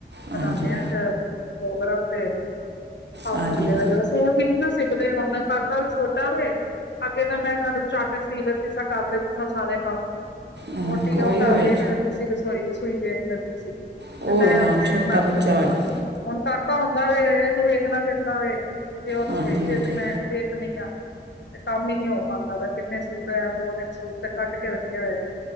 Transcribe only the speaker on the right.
ਹਾਂਜੀ
ਹਾਂਜੀ
ਹਮ,
ਕੋਈ
ਹੋਏ
ਉਹ
ਹੋਏ ਨਾ
ਹੁਣ ਛੋਟਾ ਬੱਚਾ
ਹੋਏ
ਨਾ
ਹਾਂਜੀ
ਹਾਂਜੀ